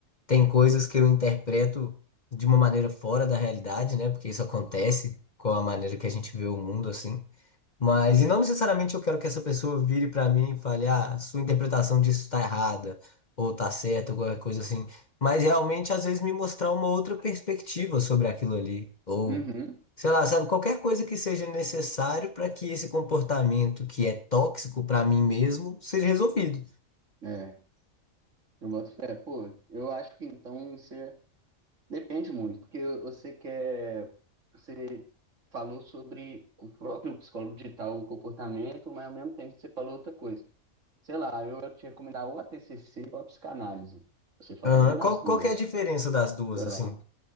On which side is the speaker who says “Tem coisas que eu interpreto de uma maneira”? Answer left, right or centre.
Left